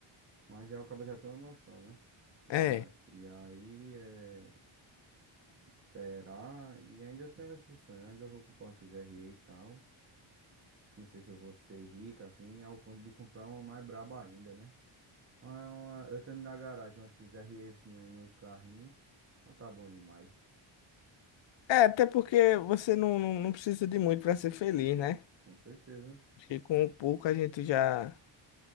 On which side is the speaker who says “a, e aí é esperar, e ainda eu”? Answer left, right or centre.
Right